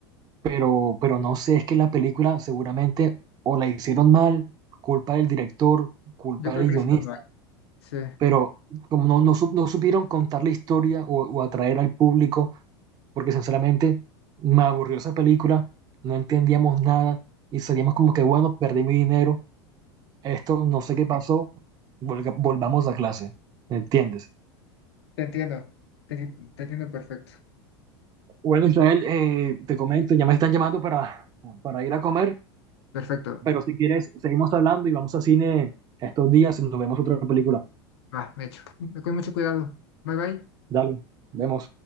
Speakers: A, on the right; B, on the left.
A: pero, pero no sé, es que la película seguramente o la hicieron mal, culpa del director, culpa
B: Yo creo
A: del
B: que
A: guionista,
B: le hicieron mal. Sí,
A: pero como no, no, su- no supieron contar la historia o, o atraer al público, porque sinceramente me aburrió esa película, no entendíamos nada y salíamos como que, bueno, perdí mi dinero esto no sé qué pasó, volga- volvamos a clase, ¿me entiendes?
B: te entiendo. Te, te entiendo perfecto.
A: Bueno, Israel, eh, te comento, ya me están llamando para, para ir a comer,
B: Perfecto.
A: pero si quieres, seguimos hablando y vamos a cine estos días y nos vemos otra película.
B: Va, hecho. Con mucho cuidado. Bye bye.
A: Dale, vemos.